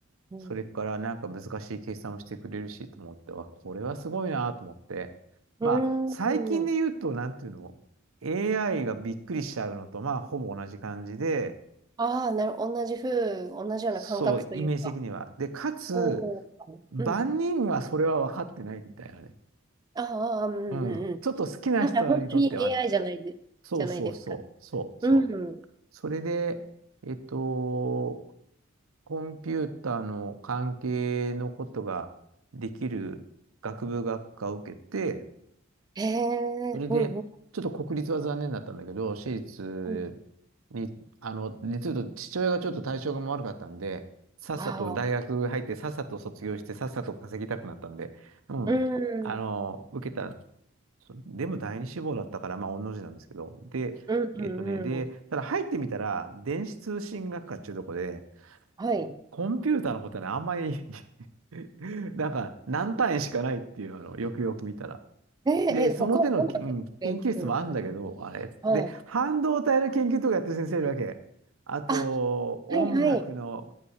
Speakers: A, on the right (about 20°); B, on the right (about 80°).
A: うん。
B: それからなんか難しい計算をしてくれるしと思って、わ、これはすごいなと思って。まあ、
A: うー
B: 最近で言うと、
A: ん。
B: なんていうの ?AI がびっくりしちゃうのと、まあ、ほぼ同じ感じで、
A: ああ、なる、同じ風、同じような感覚というか。
B: そう、イメージ的には。で、かつ、
A: おー。
B: 万人はそれは分かってないみたいなね。
A: うん。ああうんうんうん。
B: うん。ちょっと好きな人にとってはって。
A: なんか本当に AI じゃないで、
B: そうそうそう、
A: じゃないですか。
B: そうそう。
A: うん。
B: それで、えっと、コンピューターの関係のことができる学部学科を受けて、
A: へえ、
B: それで、
A: うんうん
B: ちょっと国立は残念だったんだけど、私立に、
A: うん。
B: あの、実は父親がちょっと体調が悪かったんで、さっさと大学入って、
A: ああ、
B: さっさと卒業して、さっさと稼ぎたくなったんで、うん、
A: う
B: あの、
A: ん。
B: 受けたそう、でも第二志望だったから、まあ、御の字なんですけど。で、
A: うんうんうん。
B: えっとね、で、ただ入ってみたら、電子通信学科っていうとこで、
A: はい。
B: コンピューターのことはね、あんまり <laughs> なんか、何単位しかないっていう、あの、よくよく見たら。
A: えー、
B: で、その手のき、
A: えー、他、音楽勉強する。
B: うん、研究室もあるんだけど、あれ。
A: はい。
B: で、半導体の研究とかやってる先生いるわけ。あと、
A: あ、
B: 音楽の、
A: はいはい。